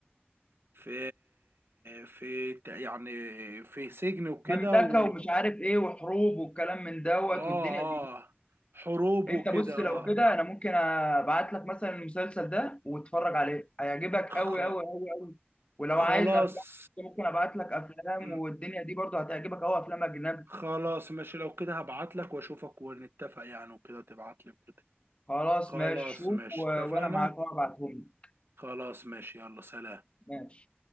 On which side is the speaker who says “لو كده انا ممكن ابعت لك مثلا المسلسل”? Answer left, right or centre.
Left